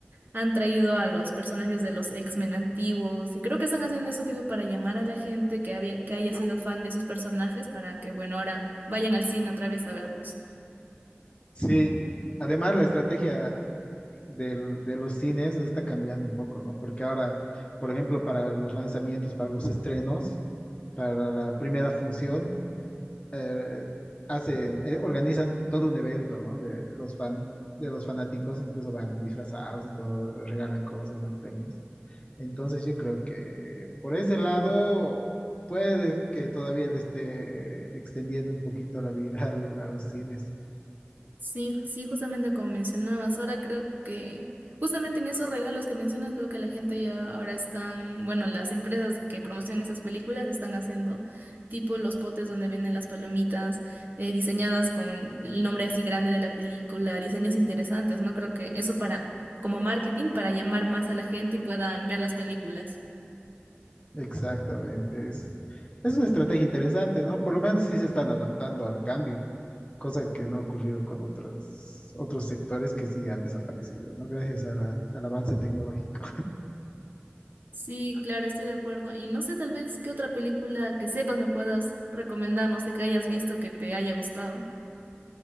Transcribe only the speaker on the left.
Sí, además la estrategia del- de los cines está cambiando un poco, ¿no? Porque ahora, por ejemplo, para los lanzamientos, para los estrenos, para la primera función, eh, hacen, eh, organizan todo un evento, ¿no? De los fan, de los fanáticos, incluso van disfrazados y todo, regalan cosas, dan premios. Entonces yo creo que por ese lado puede que todavía le esté extendiendo un poquito la vida <laughs> al- a, los cines.
Exactamente. Es, es una estrategia interesante, ¿no? Por lo menos sí se están adaptando al cambio, cosa que no ha ocurrido con otros, otros sectores que sí han desaparecido, ¿no? Gracias a la- al avance tecnológico.